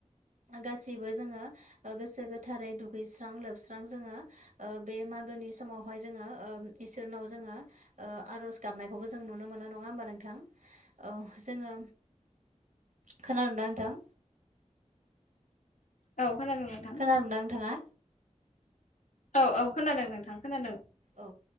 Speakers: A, on the right; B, on the left.
A: गासैबो जोङो ओ गोसो गोथारै दुगैस्रां लोबस्रां जोङो ओ बे मागोनि समावहाय जोङो इसोरनाव जोङो ओ आरज गाबनायखौबो जों नुनो मोनो नङा होमबा नोंथां औ जोङो खोनादोंंना नोंथां
B: औ खोनादों नोंथां
A: खोनादोंना नोंथाङा
B: औ-औ खोनादों नोंथां खोनादों।
A: औ